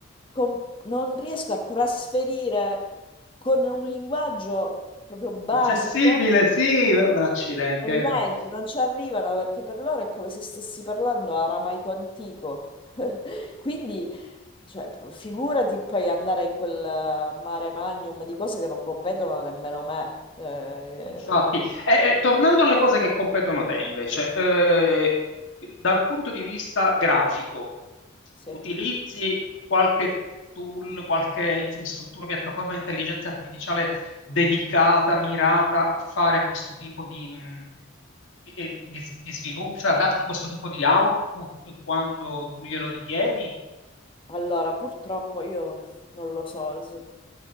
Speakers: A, on the left; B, on the left.
A: com- non riesco a trasferire con un linguaggio proprio basico
B: Accessibile, sì, ma accidenti.
A: E
B: eh.
A: niente, non ci arrivano perché per loro è come se stessi parlando aramaico antico. <laughs> Quindi, cioè, figurati poi andare in quel mare magnum di cose che non competono nemmeno me. Eh,
B: Infatti, e- e tornando alle cose che competono te invece, eh, dal punto di vista grafico,
A: sì.
B: utilizzi qualche tool, qualche infrastruttura, piattaforma di intelligenza artificiale dedicata, mirata a fare questo tipo di, mh, di, eh, di- di- di sviluppo, cioè a darti questo tipo di output quando tu glielo richiedi?
A: Allora, purtroppo io non lo so, s-